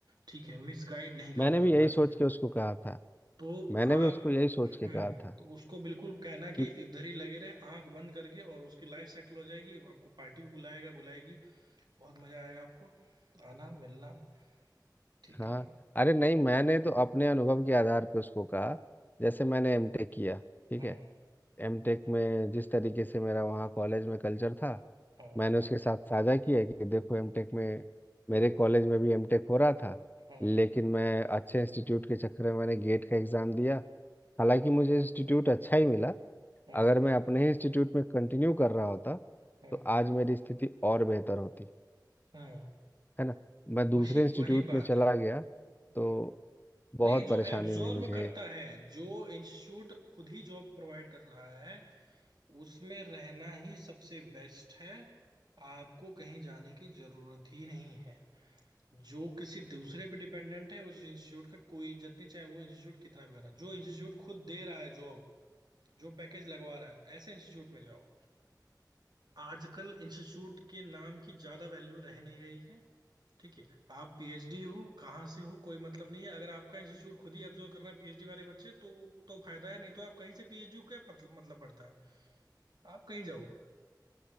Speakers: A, on the right; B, on the left.
A: ठीक है मिस गाइड नहीं
B: मैंने भी
A: करना
B: यही
A: चाहिए
B: सोच के उसको कहा था
A: तो
B: मैंने
A: आप
B: भी उसको यही सोच के
A: हम्म
B: कहा था
A: तो उसको बिल्कुल कहना
B: क्यों
A: कि इधर ही लगे रहे आंख बंद करके और उसकी लाइफ सेटल हो जाएगी वो आपको पार्टी भी बुलाएगा बुलाएगी बहुत मजा आएगा आपको आना मिलना ठीक
B: हाँ
A: है
B: अरे नहीं मैंने तो अपने अनुभव के आधार पर उसको कहा जैसे मैंने एमटेक किया ठीक
A: हम्म
B: है एमटेक में जिस तरीके से मेरा वहाँ कॉलेज में कल्चर था
A: हम्म
B: मैंने उसके साथ साझा किया है कि देखो एमटेक में मेरे कॉलेज में भी एमटेक हो रहा था
A: हम्म
B: लेकिन मैं अच्छे इंस्टीट्यूट के चक्कर में मैंने गेट का एग्ज़ाम दिया हालांकि मुझे इंस्टीट्यूट अच्छा ही मिला
A: हम्म
B: अगर मैं अपने ही इंस्टीट्यूट में कंटिन्यू कर रहा होता
A: हम्म
B: तो
A: हम्म,
B: आज मेरी स्थिति और बेहतर होती
A: हम्म।
B: है ना मैं दूसरे
A: वही
B: इंस्टीट्यूट
A: वही बात
B: में चला
A: है
B: गया
A: हम्म।
B: तो
A: नहीं
B: बहुत परेशानी
A: जो एब्जॉर्ब
B: हुई मुझे
A: करता है जो इंस्टीट्यूट खुद ही जॉब प्रोवाइड कर रहा है उसमें रहना ही सबसे बेस्ट है आपको कहीं जाने की जरूरत ही नहीं है जो किसी दूसरे पे डिपेंडेंट है उस इंस्टीट्यूट का कोई इज्जत नहीं चाहे वो इंस्टीट्यूट कितना भी कर रहा है जो इंस्टीट्यूट खुद दे रहा है जॉब जो पैकेज लगवा रहा है ऐसे इंस्टीट्यूट में जाओ आजकल इंस्टीट्यूट के नाम की ज्यादा वैल्यू रह नहीं गई है ठीक है आप पीएचडी हो कहाँ से हो कोई मतलब नहीं है अगर आपका इंस्टीट्यूट खुद ही एब्जॉर्व कर रहा है पीएचडी वाले बच्चे तो तो फायदा है नहीं तो आप कहीं से पीएचडी को क्या पत- मतलब पड़ता है आप कहीं जाओ